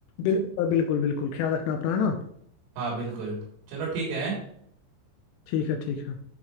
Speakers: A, on the left; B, on the right.
A: बिल्कुल बिल्कुल बिल्कुल ख्याल रखना अपना है ना
B: हाँ बिल्कुल चलो ठीक है
A: ठीक है ठीक है